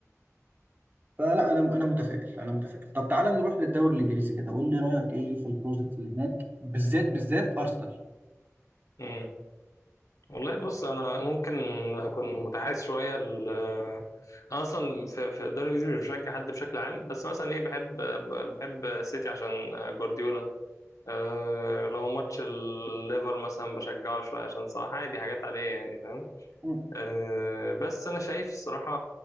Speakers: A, on the right; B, on the left.
A: فلا انا انا متفائل انا متفائل طب تعالى نروح للدوري الانجليزي كده قول لي رايك ايه في البروجكت اللي هناك بالذات بالذات ارسنال
B: امم والله بص انا ممكن اكون متحيز شويه ل... انا اصلا في في الدوري الانجليزي مش بشجع حد بشكل عام بس مثلا ايه بحب بحب السيتي عشان جوارديولا أه لو ماتش الليفر مثلا بشجعه شويه عشان صراحه عادي حاجات عاديه يعني فاهم
A: مم.
B: أه بس انا شايف الصراحه